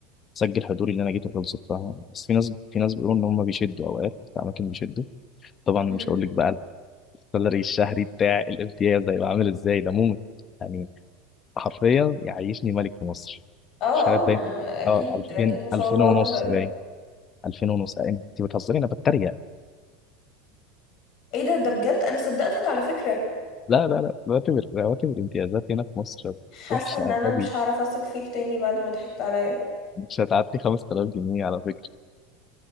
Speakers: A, on the left (about 35°); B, on the left (about 50°).
A: سجل حضوري اللي انا جيته خلصت فاهم بس في ناس في ناس بيقولوا ان هم بيشدوا اوقات في اماكن بيشدوا طبعا مش
B: مم.
A: هقول لك بقى السالري الشهري بتاع الامتياز ده هيبقى عامل ازاي ده موت يعني حرفيا يعيشني ملك في مصر
B: اه
A: مش عارف
B: اه ما-
A: باين
B: اكيد
A: اه 2000
B: اكيد ما شاء
A: 2000
B: الله
A: ونص
B: حلو اوي
A: باين 2000 ونص آه، انت بتهزري انا بتريق
B: ايه ده ده بجد انا صدقتك على فكرة
A: لا لا لا رواتب رواتب الامتيازات هنا في مصر
B: حاسة
A: وحشه
B: ان انا
A: قوي
B: مش هعرف اثق فيك تاني بعد ما ضحكت عليا
A: مش هتعدي 5000 جنيه على فكره